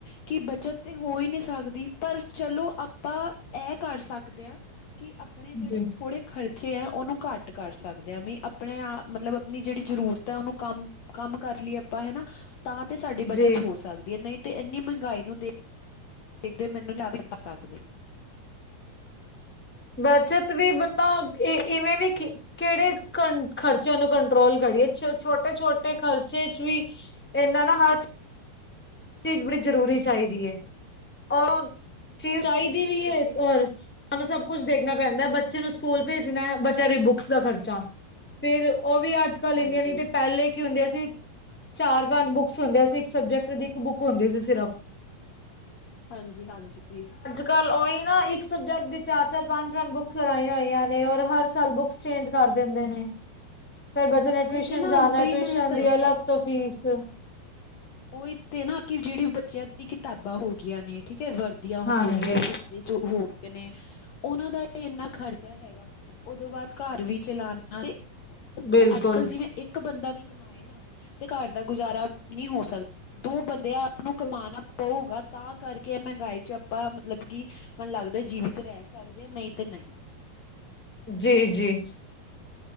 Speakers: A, on the left (about 60°); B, in the centre.
A: ਕਿ ਬੱਚਤ ਤੇ ਹੋ ਹੀ ਨਹੀਂ ਸਕਦੀ ਪਰ ਚਲੋ ਆਪਾਂ ਇਹ ਕਰ ਸਕਦੇ ਹਾਂ ਕਿ ਆਪਣੇ ਜਿਹੜੇ
B: ਜੀ
A: ਥੋੜੇ ਖਰਚ ਬੱਚੇ ਹੈ ਉਹਨੂੰ ਘੱਟ ਕਰ ਸਕਦੇ ਆ ਵੀ ਆਪਣੇ ਆਪ ਮਤਲਬ ਆਪਣੀ ਜਿਹੜੀ ਜ਼ਰੂਰਤ ਹੈ ਉਹਨੂੰ ਕੰਮ ਕੰਮ ਕਰ ਲਈਏ ਆਪਾਂ ਹਨਾ ਤਾਂ ਤੇ ਸਾਡੀ ਬੱਚਤ
B: ਜੀ
A: ਹੋ ਸਕਦੀ ਹੈ। ਨਹੀਂ ਤੇ ਇੰਨੀ ਮਹਿੰਗਾਈ ਨੂੰ ਦੇ <unintelligible>
B: ਬੱਚਤ ਵੀ ਬੰਦਾ ਇਵੇਂ ਵੀ ਕੀ ਕਿਹੜੇ ਖਰਚਿਆਂ ਨੂੰ ਕੰਟਰੋਲ ਕਰੀਏ ਛੋਟੇ-ਛੋਟੇ ਖਰਚੇ ਚ ਵੀ ਇੰਨਾ ਨਾ ਹਰ ਚੀਜ਼ ਬੜੀ ਜ਼ਰੂਰੀ ਚਾਈਦੀ ਏ ਔਰ ਚੀਜ਼
A: ਹਾਂਜੀ
B: ਚਾਈਦੀ
A: ਹਾਂਜੀ
B: ਵੀ
A: ਉਹ
B: ਏ
A: ਤੇ ਹੈ।
B: ਪਰ ਸਾਨੂੰ ਸਭ ਕੁਛ ਦੇਖਣਾ ਪੈਂਦਾ ਬੱਚੇ ਨੂੰ ਸਕੂਲ ਭੇਜਣਾ ਬੱਚਿਆਂ ਦੀ ਬੁੱਕ ਏਸਟਰਾ <inaudible> ਖਰਚਾ ਫੇਰ ਉਹ ਵੀ ਅੱਜ ਕੱਲ
A: ਹਾਂਜੀ
B: ਇੰਨੀਆਂ ਨੀ ਤੇ ਪਹਿਲੇ ਕੀ ਹੁੰਦੀਆਂ ਸੀ। ਚਾਰ ਪੰਜ ਬੁੱਕਸ ਹੁੰਦੀਆਂ ਸੀ ਇੱਕ ਸਬਜੈਕਟ ਦੀ ਇੱਕ ਬੁੱਕ ਹੁੰਦੀ ਸੀ ਸਿਰਫ
A: ਹਾਂਜੀ ਹਾਂਜੀ
B: ਕਲ ਉਹੀ ਨਾ ਇੱਕ ਸਬਜੈਕਟ ਦੀ ਚਾਰ ਚਾਰ ਪੰਜ ਪੰਜ ਬੁੱਕਸ ਲਗਾਈਆਂ ਹੋਈਆਂ ਨੇ ਔਰ ਹਰ ਸਾਲ ਬੁੱਕ ਐਸਚੇਂਜ ਕਰ ਦੇਂਦੇ ਨੇ। ਫੇਰ ਬੱਚੇ ਨੇ
A: ਉਹੀ
B: ਟਿਊਸ਼ਨ
A: ਤੇ ਨਾ
B: ਜਾਣਾ
A: ਉਹੀ
B: ਟਿਊਸ਼ਨ
A: ਮੈਂ ਤੁਹਾਨੂੰ
B: ਦੀ ਅਲੱਗ ਤੋਂ ਫੀਸ
A: ਓਈ ਤੇ ਨਾ ਕਿ ਜੇ ੜੀ ਬੱਚਿਆਂ ਦੀ ਕਿਤਾਬਾਂ ਹੋਗੀਆਂ ਨੇ ਠੀਕ ਐ, ਵਰਦੀਆਂ ਹੋਗੀਆਂ,
B: ਹਾਂਜੀ
A: ਜੁ ਜੋ ਹੋ ਗਏ ਨੇ ਉਹਨਾਂ ਦਾ ਇੰਨਾ ਖ਼ਰਚਾ ਹੈਗਾ ਉਹਦੋਂ ਬਾਅਦ ਘਰ ਵੀ ਚਲਾਣਾ <unintelligible>
B: ਬਿਲਕੁਲ
A: ਅੱਜ-ਕਲ ਜਿਵੇਂ ਇੱਕ ਇੱਕ ਬੰਦਾ ਵੀ ਕਮਾਏ ਨਾ ਤੇ ਘਰ ਦਾ ਗੁਜ਼ਾਰਾ ਨਹੀਂ ਹੋ ਸਕਦਾ। ਦੋ ਬੰਦਿਆਂ ਆਪ ਨੂੰ ਕਮਾਉਣਾ ਪਊਗਾ ਤਾਂ ਕਰਕੇ ਐ ਮਹਿੰਗਾਈ 'ਚ ਆਪਾਂ ਮਤਲਬ ਕਿ ਮੈਨੂੰ ਲੱਗਦਾ ਜੀਵਿਤ ਰਹਿ ਸਕਦੇ ਆ ਨਹੀਂ ਤੇ ਨਹੀਂ
B: ਜੀ, ਜੀ।